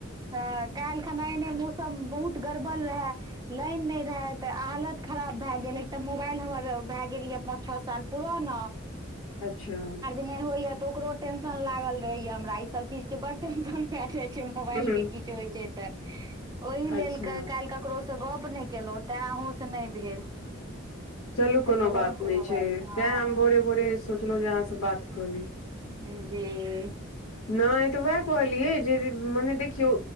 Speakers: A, on the right; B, on the left.
A: हँ काल्हि खना एने मौसम बहुत गड़बड़ रहए। लाइन नहि रहै तऽ हालत खराब भए गेल एकटा मोबाइल हमर भए गेल ये पांच- छ साल पुराना।
B: अच्छा!
A: नै होइ या तऽ ओकरो टेंशन लागल रहे या हमरा, ई सब चीज के बड टेंशन भए जाय छै मोबाइल
B: हूँ
A: के कि होइ छै तऽ ओहि लेल
B: अच्छा
A: कैल ककरो से गप्प नहि केलहुँं तैं अँहु से नहि भेल।
B: चलू
A: कलहिये
B: कोनो
A: हँ
B: बात नहि
A: कोनो बात
B: छै तैं हम भोरे भोरे सोचलहुँ जे अहाँ से बात कऽ ली
A: ने। जी।
B: नहि तऽ वएह कहलियै जे मने देखियौ,